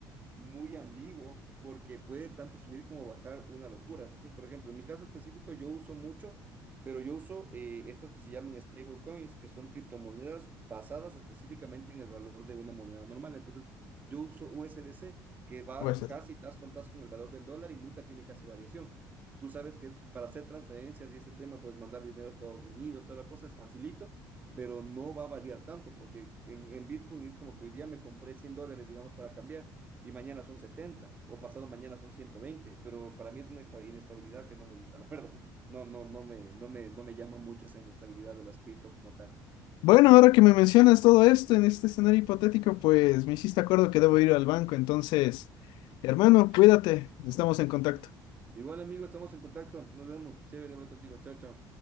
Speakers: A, on the right; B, on the left.
A: muy ambiguo porque puede tanto subir como bajar una locura. Entonces, por ejemplo, en mi caso específico yo uso mucho, pero yo uso eh, estas que se llaman stablecoins, que son criptomonedas basadas específicamente en el valor de una moneda normal. Entonces, yo uso USDC, que va
B: ¿O es-
A: casi tas con tas con el valor del dólar y nunca tiene casi variación. Tú sabes que para hacer transferencias y ese tema, pues mandar dinero a Estados Unidos, toda la cosa es facilito, pero no va a variar tanto, porque en, en Bitcoin es como que hoy día me compré 100 dólares, digamos, para cambiar, y mañana son 70 o pasado mañana son ciento veinte pero para mí es una inestabilidad que no me gusta, <laughs> la verdad. No, no, no me, no me, no me llama mucho esa inestabilidad de las cripto como tal.
B: Bueno, ahora que me mencionas todo esto en este escenario hipotético, pues me hiciste acuerdo que debo ir al banco, entonces,
A: <laughs>
B: hermano, cuídate, estamos en contacto.
A: Igual, bueno, amigo, estamos en contacto. Nos vemos. Chévere hablar contigo. Chao, chao.